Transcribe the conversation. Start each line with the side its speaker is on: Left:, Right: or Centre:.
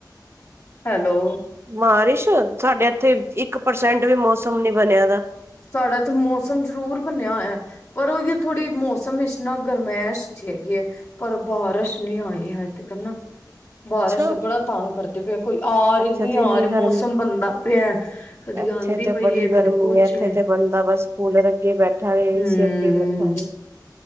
Left: ਹੈਲੋ।
Right: ਬਾਰਿਸ਼, ਸਾਡੇ ਇੱਥੇ ਇੱਕ ਪਰਸੈਂਟ ਵੀ ਮੌਸਮ ਨੀ ਬਣਿਆ ਹੈਗਾ।
Left: ਸਾਡੇ ਇੱਥੇ ਮੌਸਮ ਜ਼ਰੂਰ ਬਣਿਆ ਹੋਇਆ। ਪਰ ਉਹ ਜੋ ਥੋੜ੍ਹੀ ਮੌਸਮ ਇੱਚ ਨਾ, ਗਰਮਾਇਸ਼ ਜੀ ਹੈਗੀ ਐ। ਪਰ ਬਾਰਸ਼ ਨੀ ਆਈ ਹਜੇ ਤੀਕਰ ਨਾ। ਬਾਰਸ਼
Right: ਅੱਛਾ
Left: ਦਾ ਬੜਾ ਤੰਗ ਕਰਦੀ ਪਈ ਐ। ਕੋਈ ਆ ਰਹੀ,
Right: ਇੱਥੇ
Left: ਨਹੀਂ
Right: ਤੇ
Left: ਆ
Right: ਇੰਨੀ
Left: ਰਹੀ,
Right: ਗਰਮੀ
Left: ਮੌਸਮ ਬਣਦਾ ਪਿਆ। ਕਦੀ
Right: ਇੱਥੇ
Left: ਆਂਦੀ
Right: ਤੇ
Left: ਪਈ
Right: ਬੜੀ
Left: ਹੈ
Right: ਗਰਮੀ
Left: ਕਦੀ ਕੁਛ
Right: ਐ। ਇੱਥੇ
Left: ਹੈ
Right: ਤੇ ਬੰਦਾ ਬਸ ਕੂਲਰ ਅੱਗੇ ਬੈਠਾ ਹੋਵੇ।
Left: ਹੂੰ
Right: ਏ ਸੀ ਅੱਗੇ ਬੈਠਾ ਹੋਵੇ।